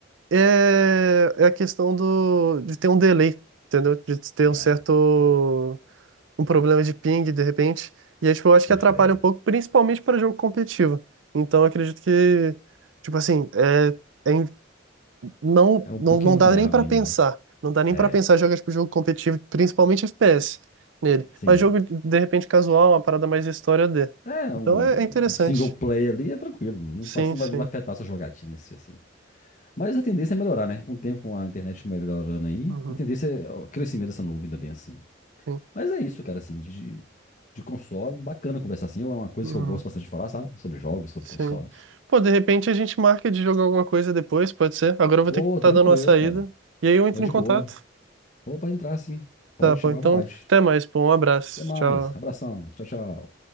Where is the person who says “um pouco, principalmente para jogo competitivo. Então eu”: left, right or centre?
Right